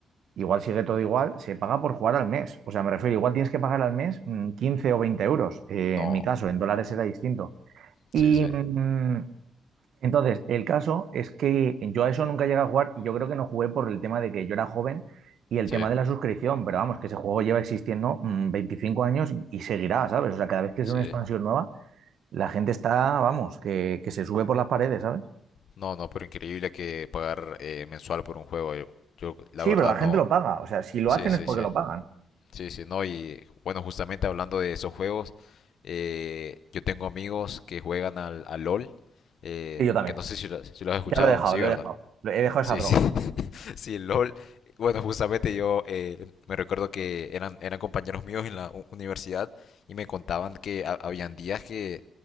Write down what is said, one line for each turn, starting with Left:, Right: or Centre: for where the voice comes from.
Right: Igual sigue todo igual, se paga por jugar al mes. O sea, me refiero, igual tienes que pagar al mes mm, 15 o 20 euros. eh,
Left: no,
Right: en mi caso, en dólares era distinto. Y
Left: sí, sí,
Right: mm, entonces, el caso es que yo a eso nunca llegué a jugar y yo creo que no jugué por el tema de que yo era joven y el
Left: sí,
Right: tema de la suscripción. Pero vamos, que ese juego lleva existiendo mm, 25 años y seguirá, ¿sabes? O sea, cada vez que es
Left: sí.
Right: una expansión nueva, la gente está, vamos, que, que se sube por las paredes, ¿sabes?
Left: No, no, pero increíble que pagar eh, mensual por un juego. Yo, yo, la
Right: Sí,
Left: verdad
Right: pero la
Left: no.
Right: gente lo paga. O sea, si lo
Left: Sí,
Right: hacen
Left: sí,
Right: es porque
Left: sí.
Right: lo pagan.
Left: Sí, sí, no. Y bueno, justamente hablando de esos juegos, eh, yo tengo amigos que juegan al, al LOL, eh,
Right: Sí, yo también.
Left: que no sé si lo, si lo has escuchado,
Right: Ya lo he dejado,
Left: sí,
Right: lo
Left: ¿verdad?
Right: he dejado. Lo- He dejado
Left: Sí,
Right: esa droga.
Left: sí. <laughs> Sí, LOL. Bueno, justamente yo eh, me recuerdo que eran, eran compañeros míos en la u- universidad y me contaban que ha- habían días que